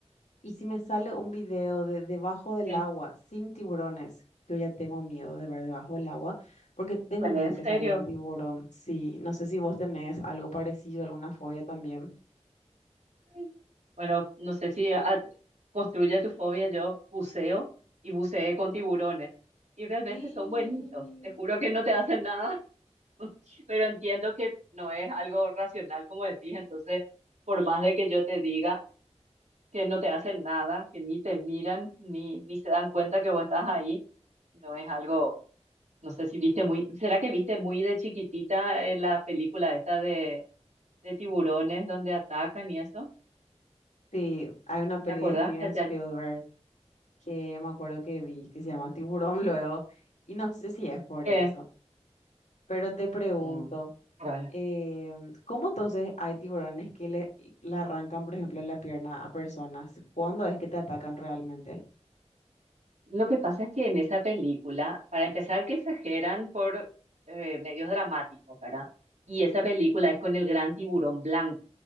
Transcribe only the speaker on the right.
Eh,
Vale,
en serio.
Ay. Bueno, no sé si a- construye tu fobia. Yo buceo y buceé con tiburones. Y realmente
son buenitos. Te juro que no te hacen nada, <laughs> pero entiendo que no es algo racional, como decís. Entonces, por más de que yo te diga que no te hacen nada, que ni te miran, ni, ni se dan cuenta que vos estás ahí, no es algo, no sé si viste muy, ¿será que viste muy de chiquitita eh, la película esta de, de tiburones donde atacan y eso?
¿Te acordás
que
te
que-
mm, Dale.
Lo que pasa es que en esa película, para empezar, que exageran por eh, medios dramáticos, ¿verdad? Y esa película es con el gran tiburón blanco,